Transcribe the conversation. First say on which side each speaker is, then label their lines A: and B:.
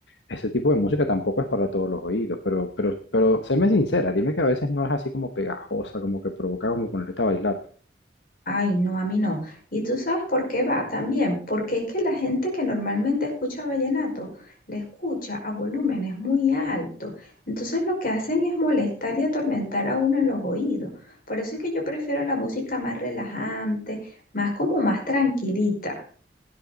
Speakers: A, on the left (about 80°); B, on the left (about 55°).
A: ese tipo de música tampoco es para todos los oídos, pero, pero, pero séme sincera, dime que a veces no es así como pegajosa, como que provoca como ponerte a bailar.
B: Ay, no, a mí no. ¿Y tú sabes por qué va también? Porque es que la gente que normalmente escucha vallenato la escucha a volúmenes muy altos. Entonces lo que hacen es molestar y atormentar a uno en los oídos. Por eso es que yo prefiero la música más relajante, más como más tranquilita.